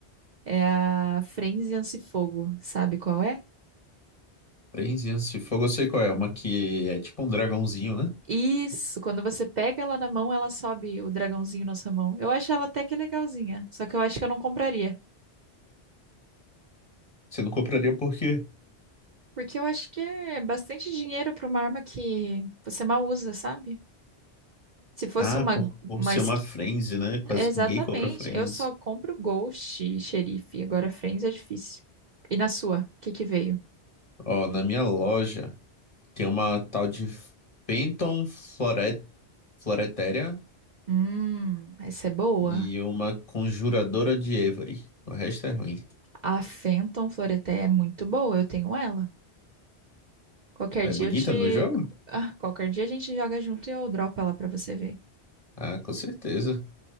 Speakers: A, on the right (about 50°); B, on the left (about 30°).
A: é a Frenzy Fogo. Sabe qual é?
B: frenzy e de fogo, eu sei qual é. Uma que é tipo um dragãozinho, né?
A: Isso, quando você pega ela na mão, ela sobe o dragãozinho na sua mão. Eu acho ela até que legalzinha, só que eu acho que eu não compraria.
B: Você não compraria por quê?
A: Porque eu acho que é bastante dinheiro pra uma arma que você mal usa, sabe? Se fosse
B: Ah,
A: uma,
B: por,
A: uma
B: por ser
A: skin.
B: uma Frenzy, né? Quase
A: Exatamente,
B: ninguém compra Frenzy.
A: eu só compro Ghost e Xerife, agora Friends é difícil. E na sua, o que que veio?
B: Ó, na minha loja tem uma tal de Phantom Floret, Floretéria
A: Hum, essa é boa.
B: e uma Conjuradora de Avery. O resto é ruim.
A: A Phantom Floreté é muito boa, eu tenho ela. Qualquer
B: É
A: dia
B: bonita
A: eu te.
B: no jogo?
A: Ah, qualquer dia a gente joga junto e eu dropo ela pra você ver.
B: Ah, com certeza.